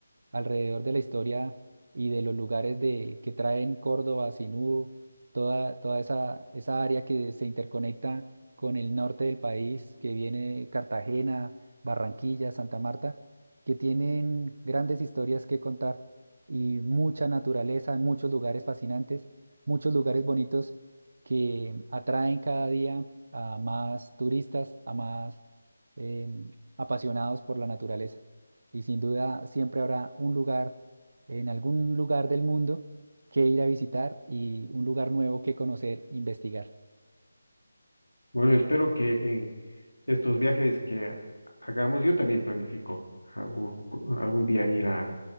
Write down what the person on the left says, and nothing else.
Bueno, espero que en estos viajes que hagamos, yo también planifico algún, algún día ir a,